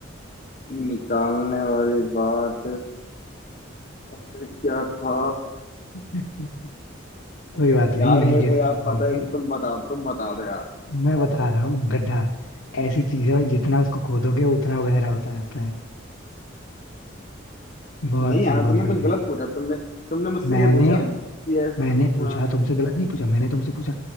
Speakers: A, on the left; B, on the left.
A: निकालने वाली बात अरे क्या था
B: <laughs> कोई बात नहीं
A: यार
B: नहीं
A: मेरे
B: गेस
A: को यार
B: कर पाओगे
A: पता है तुम बता तुम बता दो यार
B: मैं बता रहा हूँ गड्ढा ऐसी चीज है भाई जितना उसको खोदोगे उतना गहरा होता जाता है बहुत
A: नहीं
B: सिंपल
A: यार तुमने
B: था
A: कुछ
B: भाई
A: गलत पूछा तुमने तुमने मुझसे
B: मैंने
A: ये पूछा कि यस
B: मैंने पूछा
A: हाँ
B: तुमसे गलत नहीं पूछा मैंने तुमसे पूछा